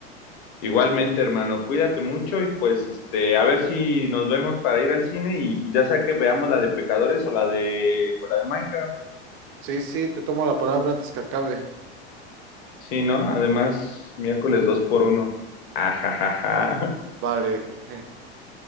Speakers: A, on the left; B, on the right.
A: igualmente, hermano, cuídate mucho y pues este, a ver si nos vemos para ir al cine y pues ya sea que veamos la de Pecadores o la de o la de Minecraft.
B: Sí, sí, te tomo la palabra antes que acabe.
A: Sí, ¿no? Además, miércoles dos por uno. <laughs> Ajajaja.
B: Vale. <laughs>